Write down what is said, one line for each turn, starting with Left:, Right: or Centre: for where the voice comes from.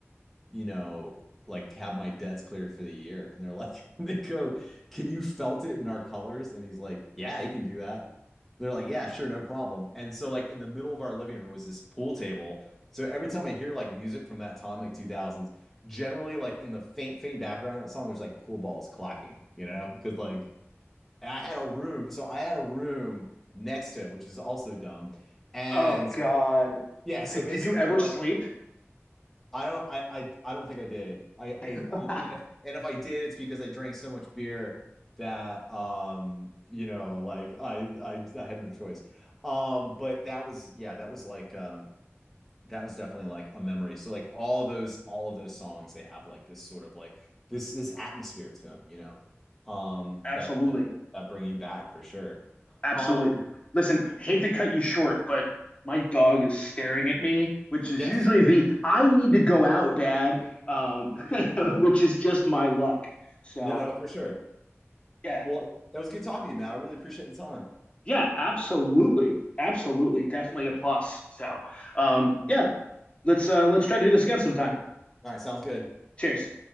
Centre: you know, like have my debts cleared for the year? And they're like, <laughs> they go, can you felt it in our colors? And he's like, yeah, he can do that. They're like, yeah, sure, no problem. And so like in the middle of our living room was this pool table. So every time I hear like music from that time, like 2000s, generally like in the faint, faint background of that song, there's like pool balls clacking, you know, because like and I had a room. So I had a room next to it, which is also dumb. And
Left: oh
Centre: so-
Left: God.
Centre: yeah, so
Left: Like,
Centre: basically
Left: did you ever
Centre: like
Left: sleep?
Centre: I don't I I, I don't think I did. I, I I and
Left: <laughs> Ab-
Centre: if and if I did, it's because I drank so much beer that um you know like I I I had no choice. Um but that was yeah, that was like um that was definitely like a memory. So like all those all of those songs they have like this sort of like this this atmosphere to them, you know. Um
Left: absolutely.
Centre: that that bring you back for sure.
Left: Absolutely.
Centre: Um
Left: Listen, I hate to cut you short, but my dog is staring at me, which is
Centre: yes,
Left: usually the I need to go out, Dad, um,
Centre: for sure.
Left: <laughs> which is just my luck. So,
Centre: No, no, for sure.
Left: yeah.
Centre: Well, that was good talking to you, man. I really appreciate the time.
Left: Yeah, absolutely. Absolutely. Definitely a plus. So, um, yeah, let's uh let's try to do this again sometime.
Centre: All right, sounds good.
Left: Cheers.